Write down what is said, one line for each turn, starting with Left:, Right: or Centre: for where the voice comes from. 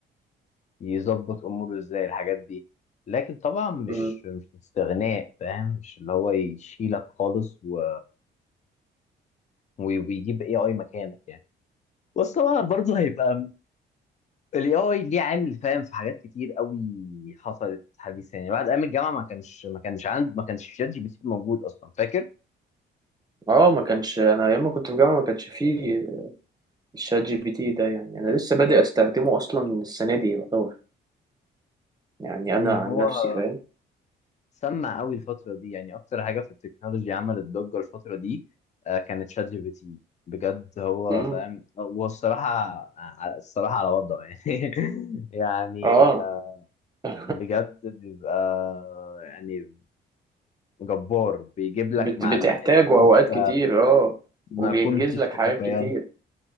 Left: يظبط اموره ازاي الحاجات دي لكن طبعا مش
Right: مم.
Left: مش استغناء فاهم مش اللي هو يشيلك خالص و- ويجيب اي اي مكانك يعني بس طبعا برضه هيبقى الاي اي ليه عامل فاهم في حاجات كتير قوي حصلت حديثا يعني بعد ايام الجامعه ما كانش ما كانش عند ما كانش شات جي بي تي موجود اصلا فاكر
Right: اه ما كانش انا لما كنت في جامعه ما كانش فيه الشات جي بي تي ده يعني انا لسه بادئ استخدمه اصلا السنه دي يعتبر يعني
Left: مم.
Right: انا عن
Left: هو
Right: نفسي فاهم
Left: سمع قوي الفتره دي يعني اكتر حاجه في التكنولوجيا عملت ضجه الفتره دي آه، كانت شات جي بي تي بجد هو
Right: امم
Left: فاهم هو الصراحه الصراحه على وضعه يعني <laughs> يعني
Right: اه
Left: آه،
Right: <laughs>
Left: بجد بيبقى آه، يعني جبار بيجيب لك
Right: بت
Left: معلومات
Right: بتحتاجه
Left: انت
Right: اوقات كتير اه
Left: ما
Right: وبينجز
Left: كنتش
Right: لك
Left: تتخيلها
Right: حاجات كتير